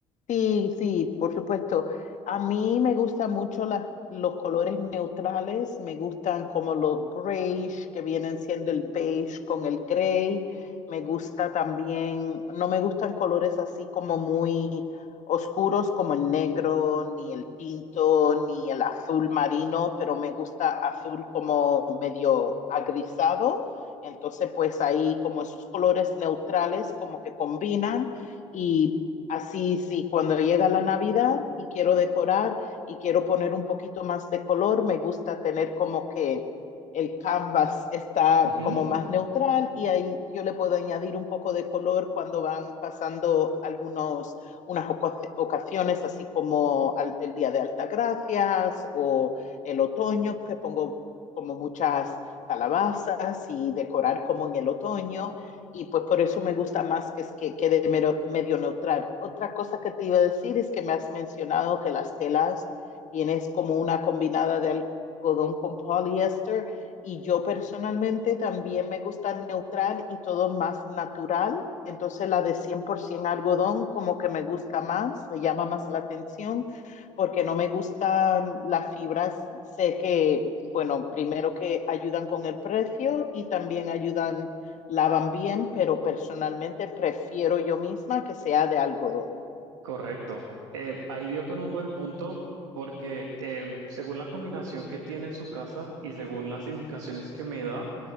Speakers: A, on the left; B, on the right.
A: Sí, sí, por supuesto. A mí me gustan mucho las, los colores neutrales, me gustan como los grayish, que vienen siendo el beige con el gray. Me gusta también, no me gustan colores así como muy oscuros como el negro, ni el tinto, ni el azul marino, pero me gusta azul como medio agrisado. Entonces, pues ahí como esos colores neutrales como que combinan y Así, sí, cuando llega la Navidad y quiero decorar y quiero poner un poquito más de color, me gusta tener como que el canvas está
B: Ujú,
A: como más neutral y ahí yo le puedo añadir un poco de color cuando van pasando algunos, unas oco- ocasiones, así como al, el Día de Altagracias o el otoño, que pongo como muchas calabazas y decorar como en el otoño y pues por eso me gusta más que, que, que de medio neutral. Otra cosa que te iba a decir es que me has mencionado que las telas tienes como una combinada de algodón con poliéster y yo personalmente también me gusta neutral y todo más natural. Entonces la de 100% algodón como que me gusta más, me llama más la atención porque no me gustan las fibras. Sé que, bueno, primero que ayudan con el precio y también ayudan lavan bien, pero personalmente prefiero yo misma que sea de algodón.
B: correcto. Eh, ahí dio con un buen punto, porque em, según la combinación que tiene en su casa y según las indicaciones que me da,